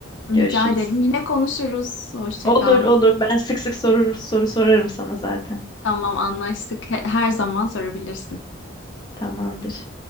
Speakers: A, on the left; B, on the left.
A: Rica
B: Görüşürüz.
A: ederim. Yine konuşuruz. Hoşça
B: Olur,
A: kal.
B: olur. Ben sık sık soru soru sorarım sana zaten.
A: Tamam, anlaştık. He- Her zaman sorabilirsin.
B: Tamamdır.